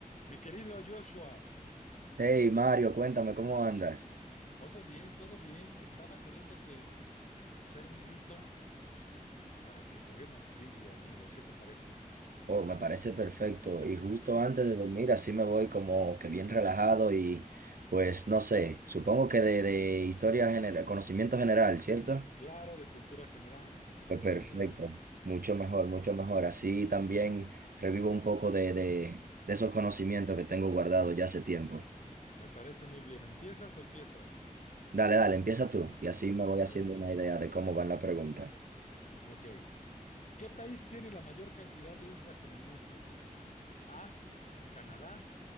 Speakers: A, on the left; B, on the right.
A: Mi querido Joshua,
B: Hey Mario, cuéntame cómo andas.
A: todo bien, todo bien. Estaba queriéndote echar un grito para que juguemos trivia, amigo. ¿Qué te parece?
B: Oh, me parece perfecto. Y justo antes de dormir, así me voy como que bien relajado y pues no sé, supongo que de, de historia general, conocimiento general, ¿cierto?
A: Claro, de cultura general, de cultura
B: Pues perfecto,
A: general.
B: mucho mejor,
A: S-
B: mucho mejor. Así también revivo un poco de, de, de esos conocimientos que tengo guardados ya hace tiempo.
A: Me parece muy bien. ¿Empiezas o empiezo?
B: Dale, dale, empieza tú y así me voy
A: A ver,
B: haciendo una idea de cómo van las preguntas.
A: ok. ¿Qué país tiene la mayor cantidad de islas en el mundo? A, Canadá,